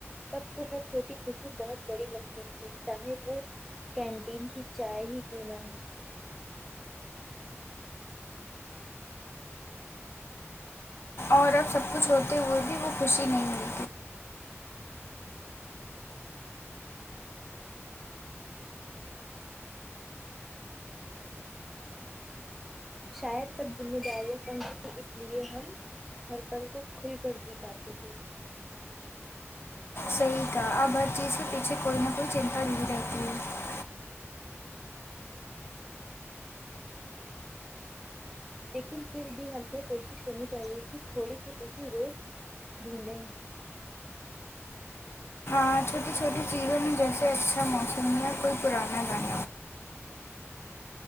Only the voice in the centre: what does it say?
تب تمہیں چھوٹی خوشی بہت بڑی لگتی تھی چاہے وہ کینٹین کی چائے ہی کیوں نہا ہے
شاید تب ذمہ داریاں کم ہویں اس لیے ہم ہر پل کو کھل کر جی پاتی تھی
لیکن پھر بھی ہمیں کوشش کرنی چاہیے کہ تھوڑی سی اسی روز ڈھونڈیں